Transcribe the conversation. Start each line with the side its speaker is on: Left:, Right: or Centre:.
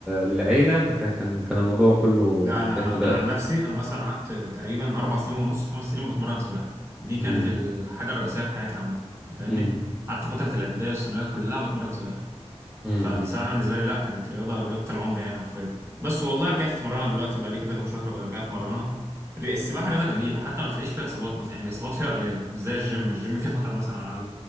Centre: للعيله ما كان كان كان الموضوع كله
Right: لا انا
Centre: متاخد وقت
Right: انا عن نفسي انا مثلا قعدت تقريبا اربع سنين ونص خمس سنين بتمرن سباحة دي
Centre: امم
Right: كانت الحاجة الرئيسية في حياتي عامة انت فاهمني
Centre: امم
Right: قعدت فترة الاعدادية والثانوية كلها بتمرن سباحة
Centre: امم
Right: فالسباحة بالنسبة لي لا كانت رياضة رياضة العمر يعني حرفيا بس والله رجعت اتمرنها دلوقتي بقى لي كده كام شهر بقى رجعت اتمرنها الري- السباحة رياضة جميلة حتى ما تلاقيش فيها اصابات مثلا يعني الاصابات فيها قليلة مش زي الجيم الجيم فيه خطر مثلا على